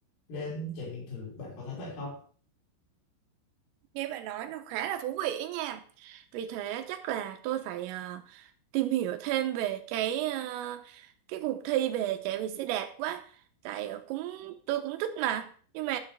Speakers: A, on the left (about 45°); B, on the right (about 80°).
A: lên trải nghiệm thử bạn có thấy vậy không
B: Nghe bạn nói nó khá là thú vị ấy nha. Vì thế chắc là tôi phải ờ, tìm hiểu thêm về cái ờ, cái cuộc thi về chạy về xe đạp quá. Tại ờ, cũng tôi cũng thích mà. Nhưng mà